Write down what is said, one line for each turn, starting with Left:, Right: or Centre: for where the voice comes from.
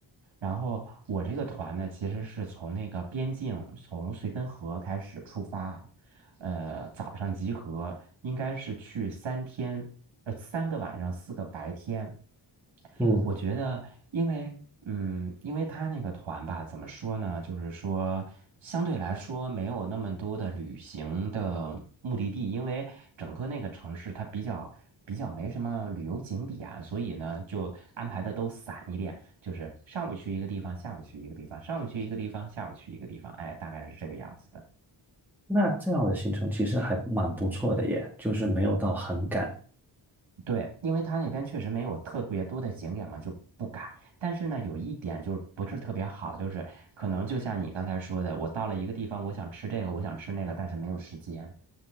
Right: 然后我这个团呢，其实是从那个边境，从绥芬河开始出发啊。呃早上集合，应该是去三天，呃三个晚上，四个白天。
Centre: 嗯
Right: 我觉得，因为嗯，因为他那个团吧，怎么说呢？就是说，相对来说没有那么多的旅行的目的地，因为整个那个城市它比较比较没什么旅游景点啊，所以呢，就安排的都散一点，就是上午去一个地方，下午去一个地方，上午去一个地方，下午去一个地方，哎，大概是这个样子的。
Centre: 那这样的行程其实还蛮不错的耶，就是没有到很赶，
Right: 对，因为它那边确实没有特别多的景点嘛，就不敢。但是呢，有一点就是不是特别好，就是可能就像你刚才说的，我到了一个地方，我想吃这个，我想吃那个，但是没有时间。